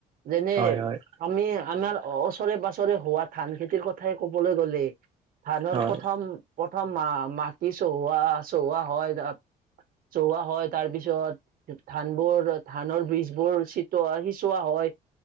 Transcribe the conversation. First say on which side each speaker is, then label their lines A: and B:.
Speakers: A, on the right; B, on the right.
A: যেনে
B: হয় হয়
A: আমি আমাৰ অ' ফৰে বাছৰে হোৱা ধান খেতিৰ কথাই কবলৈ গ'লে ধানৰ
B: হয়
A: প্ৰথম মা মাটি চহোৱা চহোৱা হয় চহোৱা হয়, তাৰ পিছত ধানবোৰ ধানৰ বীজ বোৰ চিটৱা সিঁচোৱা হয়